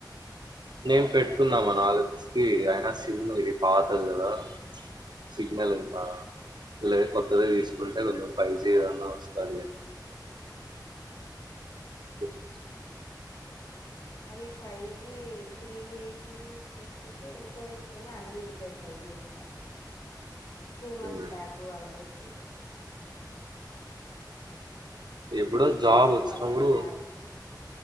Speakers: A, on the right; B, on the left.
A: నేను పెట్టుకున్నామా ఆలోచించి అయిన సిమ్ ఇది పాతది కదా సిగ్నల్ అంత ఇలా కొత్తది తీసుకుంటే కొంచెం ఫైవ్ జీ ఏదన్నా వస్తది <inaudible>
B: అది ఫైవ్ జి త్రీ ఎయిటీ లేకపోతే ఎంతో ఇస్తేనే అన్లిమిటెడ్ ఫైవ్ జి వస్తది
A: <inaudible>
B: టూ మంత్స్
A: హ్మ్.
B: ప్యాక్ అలా వేసుకుంటా
A: ఎప్పుడో
B: చూసి
A: జాబ్
B: వేసుకోవాలి
A: వచ్చినప్పుడు
B: అది ప్యాక్